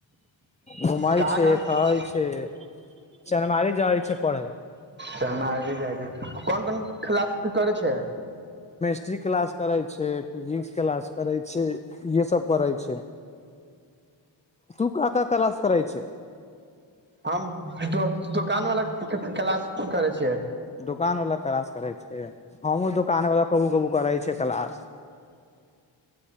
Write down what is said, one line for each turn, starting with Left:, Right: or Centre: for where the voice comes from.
Left: घूमै
Right: कहाँ
Left: छै,
Right: कहाँ
Left: खाई छै, चनमारी जाइ छै पढ़ै।
Right: चनमारी जाइ के कोन कोन क्लास तू करै छै?
Left: स्ट्री क्लास करै छै, फिजिक्स क्लास करै छै इहे सब पढै छै। तू का का क्लास करै छै?
Right: हम दो दोकान वाला के क्लास करै छी। छीयै।
Left: दुकान वला क्लास करै छे, हमहुँ दुकान वला कबु कबु करै छै क्लास,